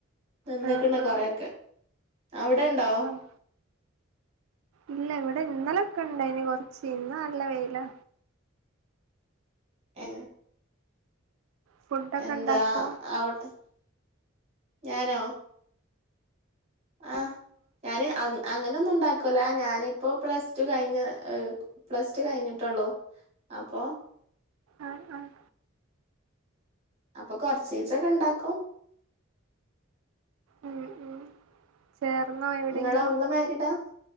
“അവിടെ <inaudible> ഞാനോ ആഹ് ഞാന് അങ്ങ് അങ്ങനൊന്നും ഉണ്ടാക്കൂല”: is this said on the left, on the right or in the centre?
Right